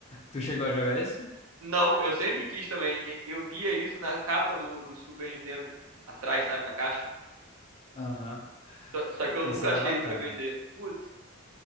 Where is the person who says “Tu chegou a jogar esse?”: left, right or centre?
Left